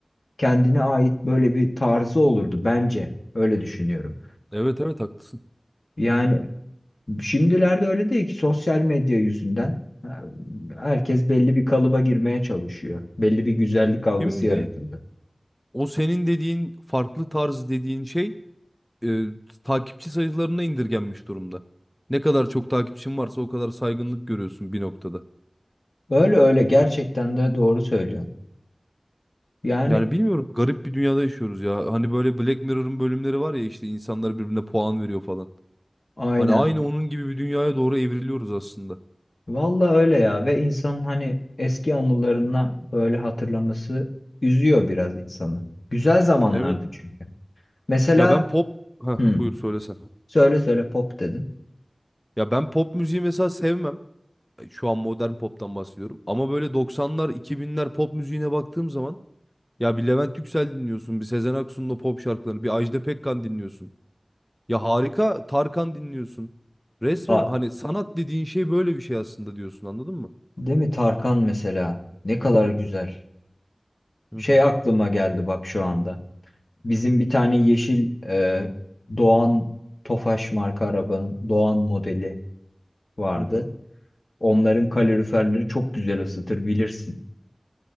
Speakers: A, on the left; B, in the centre.
A: Kendine ait böyle bir tarzı olurdu bence. Öyle düşünüyorum.
B: Evet evet haklısın.
A: Yani şimdilerde öyle değil ki sosyal medya yüzünden e, herkes belli bir kalıba girmeye çalışıyor. Belli bir güzellik algısı
B: Şimdi
A: yaratıldı.
B: o senin dediğin farklı tarz dediğin şey e, takipçi sayılarına indirgenmiş durumda. Ne kadar çok takipçin varsa o kadar saygınlık görüyorsun bir noktada.
A: Öyle öyle gerçekten de doğru söylüyorsun. Yani
B: Yani bilmiyorum garip bir dünyada yaşıyoruz ya. Hani böyle Black Mirror'ın bölümleri var ya işte insanlar birbirine puan veriyor falan.
A: aynen.
B: Hani aynı onun gibi bir dünyaya doğru evriliyoruz aslında.
A: Vallahi öyle ya ve insanın hani eski anılarına böyle hatırlaması üzüyor biraz insanı. Güzel zamanlardı
B: Evet.
A: çünkü. Mesela
B: Ya ben pop... Heh,
A: hmm,
B: buyur söylesen.
A: söyle söyle pop dedin.
B: Ya ben pop müziği mesela sevmem. Şu an modern pop'tan bahsediyorum. Ama böyle 90'lar, 2000'ler pop müziğine baktığım zaman ya bir Levent Yüksel dinliyorsun, bir Sezen Aksu'nun o pop şarkılarını, bir Ajda Pekkan dinliyorsun. Ya harika Tarkan dinliyorsun. Resmen
A: A,
B: hani sanat dediğin şey böyle bir şey aslında diyorsun anladın mı?
A: değil mi Tarkan mesela? Ne kadar güzel.
B: Hı
A: Şey
B: hı.
A: aklıma geldi bak şu anda. Bizim bir tane yeşil e, Doğan Tofaş marka arabanın Doğan modeli vardı.
B: Hı hı.
A: Onların kaloriferleri çok güzel ısıtır bilirsin.